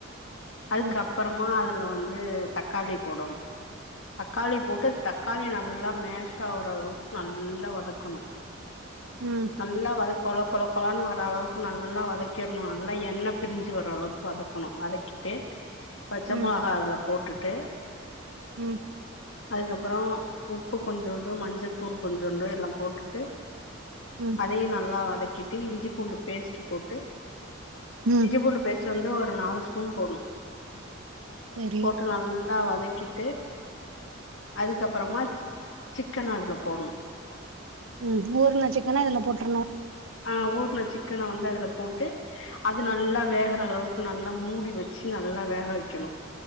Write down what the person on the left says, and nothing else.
அதுக்கப்றமா
அதுல வந்து தக்காளி போடணு தக்காளி போட்டு தக்காளி நல்லா மேஷ் ஆவுற அளவுக் நல்லா வதக்கணு
நல்லா வதக் கொழ கொழ கொழான்னு வர அளவுக் கு நல்லா வதக்கிர்ணு நல்லா எண்ண பிரிஞ்சு வர அளவுக்கு வதக்கணு வதக்கிட்டு பச்ச
மொளகா அதுல போட்டுட்டு
அதுக்கப்றோ உப்பு கொஞ்சோண்டு மஞ்சத்தூள் கொஞ்சோண்டு எல்லா போட்டுட்டு <unintelligible>
அதயு நல்லா வதக்கிட்டு இஞ்சி பூண்டு பேஸ்ட் போட்டு
இஞ்சி பூண்டு பேஸ்டு வந்து ஒரு நாலு ஸ்பூன் போட்னு
போட்டு நல்லா வதக்கி டு அதுக்கப்றமா சி சிக்கன் அதுல போட்ணு
ஆ ஊர்ன சிக்கன வந்து அதுல போட்டு அது நல்லா வேகுற அளவுக்கு நல்லா மூடி வச்சு நல்லா வேக வைக்கணு